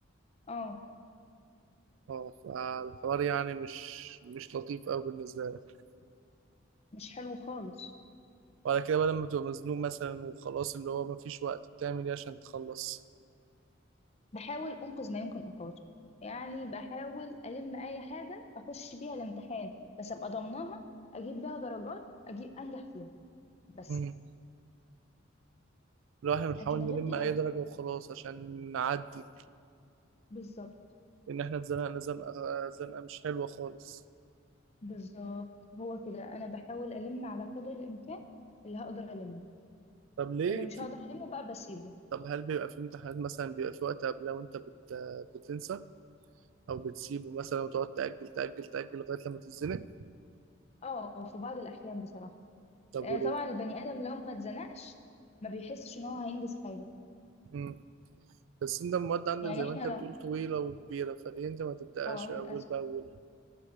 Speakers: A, on the left; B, on the right.
A: اه
B: اه فالحوار يعني مش مش لطيف قوي بالنسبة لك
A: مش حلو خالص
B: وعلى كده بقى لما تبقى مزنوق مثلا وخلاص اللي هو مفيش وقت بتعمل ايه عشان تخلص
A: بحاول أنقذ ما يمكن إنقاذه يعني بحاول ألم أي حاجة أخش بيها الامتحان بس أبقى ضمنها أجيب بيها درجات أجيب أنجح فيها بس
B: امم لو احنا بنحاول
A: لكن
B: نلم
A: غير كده
B: اي
A: لأ
B: درجة وخلاص عشان نعدي
A: بالظبط
B: ان احنا اتزنقنا زنقه زنقه مش حلوه خالص
A: بالظبط هو كده أنا بحاول ألم على قدر الإمكان اللي هقدر ألمه
B: طب ليه
A: اللي مش
B: في...
A: هقدر ألمه بقى بسيبه
B: طب هل بيبقى في امتحانات مثلا بيبقى في وقت قبلها وانت بت... بتنسى او بتسيبه مثلا وتقعد تاجل تاجل تاجل لغايه لما تتزنق
A: اه في بعض الأحيان بصراحة
B: طب
A: لأن
B: وليه
A: طبعا البني آدم لو ما اتزنقش ما بيحسش إن هو هينجز حاجة
B: مم. بس انت المواد عندك
A: يعني
B: زي
A: احنا
B: ما انت بتقول
A: لو
B: طويله وكبيره فليه انت ما تبداهاش
A: اه
B: اول
A: للأسف
B: باول